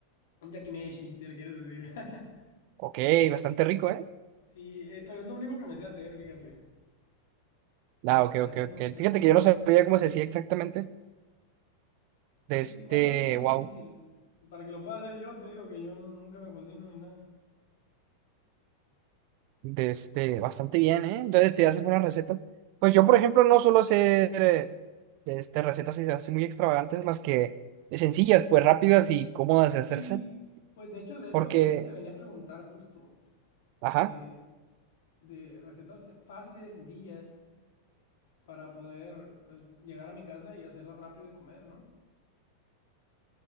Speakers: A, on the left; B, on the right.
A: Un yakimeshi, si le quieres decir. <laughs>
B: Ok, bastante rico, ¿eh?
A: Sí, eh, pero es lo único que me sé hacer, fíjate.
B: Ah, ok,
A: Casi
B: ok, ok.
A: no, casi
B: Fíjate
A: no
B: que
A: sé
B: yo
A: hacer
B: no sabía
A: tantas cosas.
B: cómo se decía exactamente. De
A: Sí,
B: este,
A: igual no, no es
B: wow.
A: difícil. Para que lo pueda hacer yo, te digo que yo nunca me cocino ni nada.
B: De este, bastante bien, ¿eh? Entonces te haces buenas recetas. Pues yo, por ejemplo, no suelo hacer eh, de este, recetas así así muy extravagantes, más que sencillas, pues rápidas y cómodas de
A: Sí,
B: hacerse.
A: pues de hecho de eso,
B: Porque,
A: eso te venía a preguntar justo,
B: ajá.
A: de, de recetas fáciles, sencillas, para poder pues llegar a mi casa y hacerlas rápido y comer, ¿no?